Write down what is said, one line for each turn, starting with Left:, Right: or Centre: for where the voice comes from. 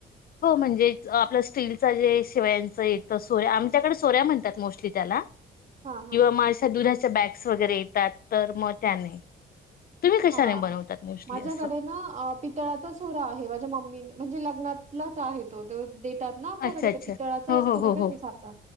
Left: हो म्हणजे आपलं स्टीलचा जे शिवायांचं य सोऱ्या आमच्याकडे सोऱ्या म्हणतात मोस्टली त्याला
Right: हा हा
Left: किंवा मग अश्या दुधाच्या बॅग्स वगैरे येतात तर मग त्याने तुम्ही कशाने
Right: हा
Left: बनवतात मोस्टली
Right: माझ्याकडे
Left: असं
Right: ना पी तळाचा सुरा आहे माझ्या मम्मी म्हणजे लग्नालाच आहे तो ते त्यात ना आपल्याकडे
Left: अच्छा अच्छा
Right: पितळाचा
Left: हो
Right: असतो
Left: हो
Right: बघा
Left: हो हो
Right: तो साचा